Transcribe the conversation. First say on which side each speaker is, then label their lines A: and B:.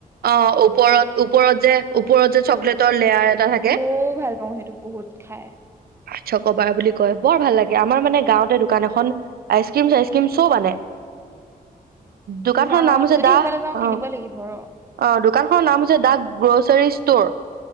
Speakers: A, on the right; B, on the right.
A: অ ওপৰত ওপৰত যে ওপৰত যে চকলেটৰ লেয়াৰ এটা থাকে
B: মইও ভাল পাওঁ সেইটো বহুত খাই
A: আছ কবাৰ বুলি কয় বৰ ভাল লাগে। আমাৰ মানে গাঁৱতে দোকান এখন আইচ ক্ৰীম চাইচ ক্ৰীম চব আনে। দোকানখনৰ
B: যা
A: নাম হৈছে
B: যদি
A: দা
B: সেইফালে যাও
A: অ
B: কিনিবই লাগিব আৰু
A: অ দোকানখনৰ নাম হৈছে দাক গ্ৰচাৰী। ষ্টৰ।